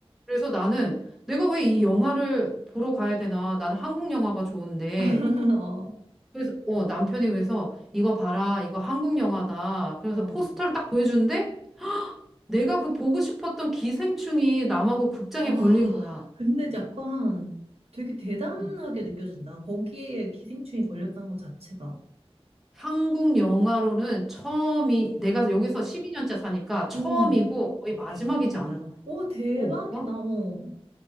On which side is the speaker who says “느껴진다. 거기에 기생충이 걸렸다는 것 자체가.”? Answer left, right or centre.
Right